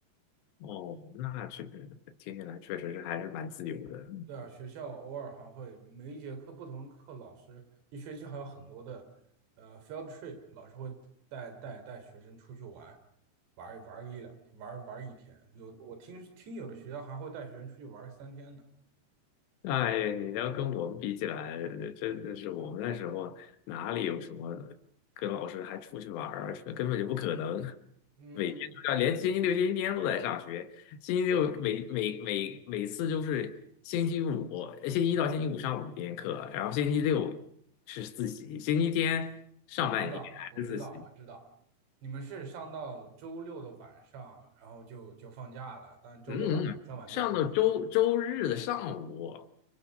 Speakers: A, on the left; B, on the right.
A: 哦，那这个听起来确实是还是蛮自由的。
B: 对啊，学校偶尔还会每一节课不同课，老师一学期还有很多的呃 field trip，老师会带带带学生出去玩，玩玩个一两天，玩玩一天。有的我听听有的学校还会带学生出去玩三天呢。
A: 哎，你要跟我们比起来，真的是我们那时候哪里有什么跟老师还出去玩儿，根本就不可能。
B: 嗯，
A: 每天都要，连星期六、星期天都在上学。星期六每每每每次就是星期五，呃星期一到星期五上五天课，然后星期六是自习，星期天上半天还是自习。
B: 我知道，我知道，我知道，你们是上到周六的晚上，然后就就放假了，但周六晚上上晚自习，
A: 嗯，嗯，上到周周日的上午。